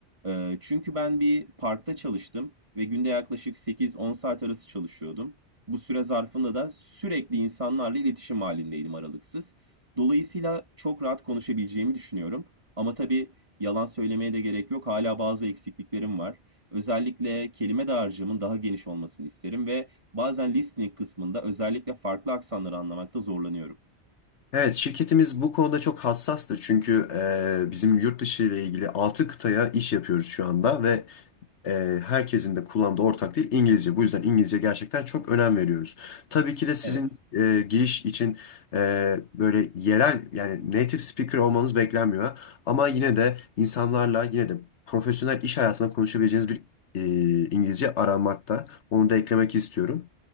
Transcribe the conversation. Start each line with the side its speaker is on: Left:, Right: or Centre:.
Right: Ee, çünkü ben bir parkta çalıştım ve günde yaklaşık 8-10 saat arası çalışıyordum. Bu süre zarfında da sürekli insanlarla iletişim halindeydim aralıksız. Dolayısıyla çok rahat konuşabileceğimi düşünüyorum. Ama tabii yalan söylemeye de gerek yok. Hala bazı eksikliklerim var. Özellikle kelime dağarcığımın daha geniş olmasını isterim ve Bazen listening kısmında özellikle farklı aksanları anlamakta zorlanıyorum.
Left: Evet, şirketimiz bu konuda çok hassastı çünkü e, bizim yurt dışı ile ilgili 6 kıtaya iş yapıyoruz şu anda ve e, herkesin de kullandığı ortak dil İngilizce. Bu yüzden İngilizce gerçekten çok önem veriyoruz. Tabii ki de sizin
Right: Evet,
Left: e, giriş için e, böyle yerel yani native speaker olmanız beklenmiyor. Ama yine de insanlarla yine de profesyonel iş hayatında konuşabileceğiniz bir e, İngilizce aramakta. Onu da eklemek istiyorum.